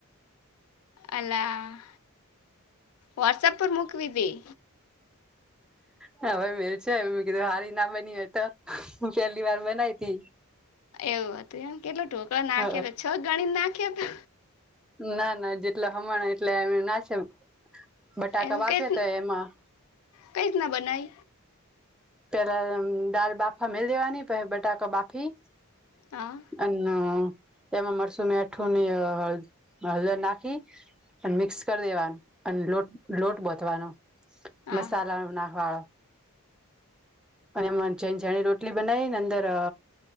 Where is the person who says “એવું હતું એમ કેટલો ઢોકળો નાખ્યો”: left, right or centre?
Left